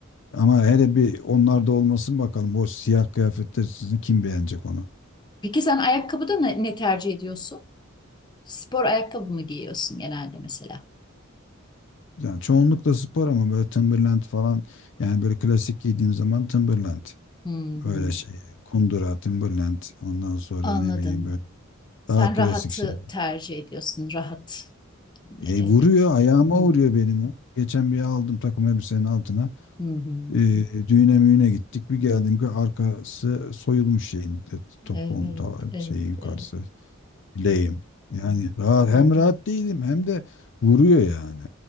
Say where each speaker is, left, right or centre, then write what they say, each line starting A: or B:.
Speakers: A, on the left; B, on the left.
A: Ama hele bir onlarda olmasın bakalım. O siyah kıyafetler sizi kim beğenecek onu?
B: Peki sen ayakkabıda ne, ne tercih ediyorsun? Spor ayakkabı mı giyiyorsun genelde mesela?
A: Yani çoğunlukla spor ama böyle Timberland falan yani böyle klasik giydiğim zaman Timberland.
B: Hı
A: Öyle
B: hı.
A: şey kundura Timberland ondan sonra
B: Anladım.
A: ne bileyim böyle
B: Sen
A: daha klasik
B: rahatı
A: şey.
B: tercih ediyorsun. Rahat.
A: E,
B: Evet.
A: vuruyor ayağıma
B: Hı
A: vuruyor benim o. Geçen bir aldım takım elbisenin altına.
B: hı. hı.
A: E, düğüne müğüne gittik. Bir geldim ki arkası soyulmuş şeyin e, topuğum
B: Evet,
A: ta,
B: evet,
A: şeyi yukarısı.
B: evet.
A: bileyim. Yani rahat hem
B: Aha.
A: rahat değilim hem de vuruyor yani.